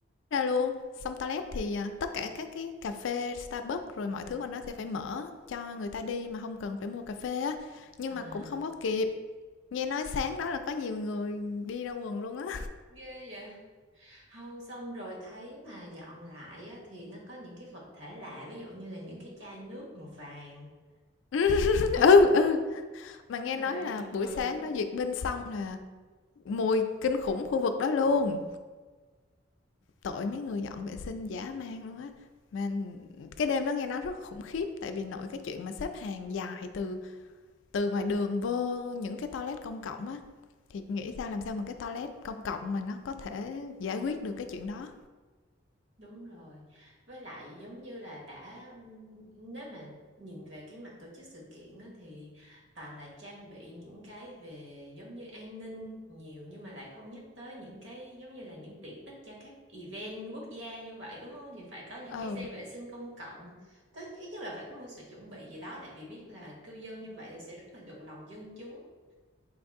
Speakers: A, on the left (about 75°); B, on the right (about 65°).
A: ra luôn xong toilet thì à, tất cả các cái cà phê Starbucks rồi mọi thứ của nó sẽ phải mở cho người ta đi mà không cần phải mua cà phê á nhưng
B: à,
A: mà cũng không có kịp nghe nói sáng đó là có nhiều người đi ra quần luôn á
B: ghê vậy. Không xong rồi thấy mà dọn lại á, thì nó có những cái vật thể lạ ví dụ như là những cái chai nước màu vàng
A: <laughs>
B: <laughs>
A: ừ ừ mà nghe
B: hay
A: nói là buổi
B: ừ
A: sáng đó duyệt binh xong là mùi kinh khủng khu vực đó luôn tội mấy người dọn vệ sinh dã man luôn á mà cái đêm đó nghe nói rất khủng khiếp tại vì nội cái chuyện mà xếp hàng dài từ từ ngoài đường vô những cái toilet công cộng á thì nghĩ sao làm sao mà cái toilet công cộng mà nó có thể giải quyết được cái chuyện đó
B: Đúng rồi. Với lại giống như là đã ừm, nếu mà nhìn về cái mặt tổ chức sự kiện á, thì toàn là trang bị những cái về giống như an ninh nhiều nhưng mà lại không nhắc tới những cái giống như là những tiện ích cho các event quốc gia như vậy đúng không? Thì phải có những
A: ờ
B: cái xe vệ sinh công cộng. Tới ít nhất là phải có một sự chuẩn bị gì đó tại vì biết là cư dân như vậy thì sẽ rất là được lòng dân chúng.